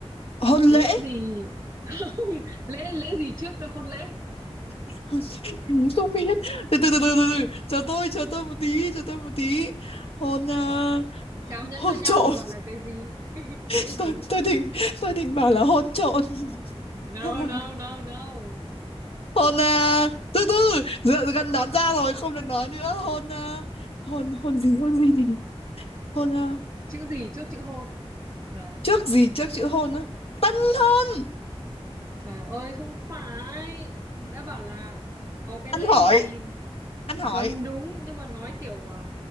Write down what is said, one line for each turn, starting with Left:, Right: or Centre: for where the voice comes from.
Left: hôn lễ
Right: Lễ gì? <laughs> Không, lễ lễ gì trước hôn lễ?
Left: <laughs> Mình không biết. Từ từ từ từ từ từ, chờ tôi, chờ tôi một tí, chờ tôi một tí. Hôn ờ,
Right: Trao nhẫn
Left: hôn
Right: cho nhau
Left: trộm.
Right: thì gọi là cái gì?
Left: <laughs>
Right: Lễ
Left: Tôi
Right: gì?
Left: tôi định tôi định bảo là hôn trộn. <laughs>
Right: no no no no
Left: Hôn ờ, từ từ, dựa gần đoán ra rồi, không được nói nữa. Hôn ờ, hôn hôn gì hôn gì? Hôn ờ,
Right: chữ gì trước chữ hôn là
Left: trước gì trước chữ hôn á? Tân thôi,
Right: trời ơi không phải đã bảo là có cái
Left: ăn
Right: lễ
Left: hỏi,
Right: gì
Left: ăn hỏi.
Right: gần đúng nhưng mà nói kiểu ờ,